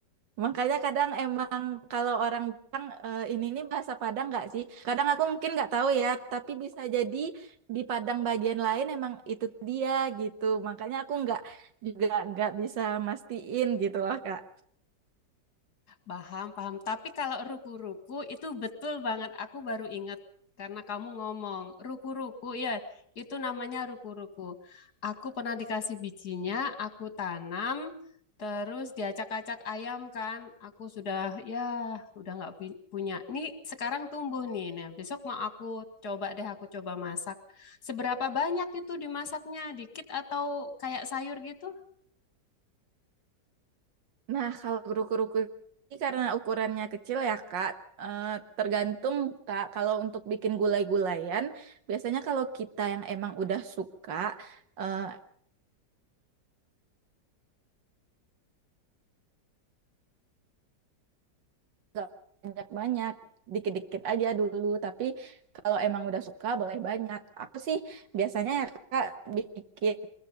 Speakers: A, on the right; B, on the left.
A: Makanya kadang emang kalau orang bilang "Eh, ini nih bahasa Padang nggak sih? Kadang aku mungkin nggak tahu ya, tapi bisa jadi di Padang bagian lain emang itu dia gitu. Makanya aku nggak juga nggak bisa mastiin gitu loh Kak.
B: Paham, paham. Tapi kalau ruku-ruku itu betul banget. Aku baru ingat karena kamu ngomong ruku-ruku ya, itu namanya ruku-ruku. Aku pernah dikasih bijinya, aku tanam, terus diacak-acak ayam kan. Aku sudah ya udah nggak pu- punya. Nih sekarang tumbuh nih. Nah, besok mau aku coba deh, aku coba masak. Seberapa banyak itu dimasaknya? Dikit atau kayak sayur gitu?
A: Nah kalau guru-guruku ini karena ukurannya kecil ya Kak, eh, tergantung Kak. Kalau untuk bikin gulai-gulayan, biasanya kalau kita yang emang udah suka eh, gak banyak-banyak dikit-dikit aja dulu tapi kalau emang udah suka boleh banyak aku sih biasanya ya kak bikin